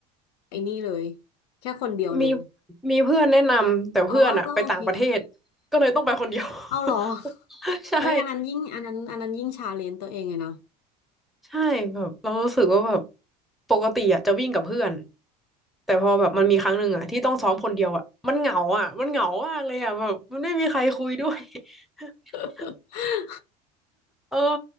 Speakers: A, on the left; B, in the centre.
A: ไอ้นี่เลย แค่คนเดียวเลย
B: มีมีเพื่อนแนะนำแต่เพื่อนอะไปต่างประเทศ
A: อ๋อ ก็โอเค
B: ก็เลยต้องไปคนเดียว
A: เอาเหรอ
B: <laughs> ใช่
A: เอ้ยอันนั้นยิ่งอันนั้นอันนั้นยิ่งชาเลนจ์ตัวเองเลยนะ
B: ใช่แบบเรารู้สึกว่าแบบปกติอะจะวิ่งกับเพื่อนแต่พอแบบมันมีครั้งหนึ่งอะที่ต้องซ้อมคนเดียวอะมันเหงาอะมันเหงามากเลยอะแบบมันไม่มีใครคุยด้วย <laughs>
A: <laughs>
B: เออ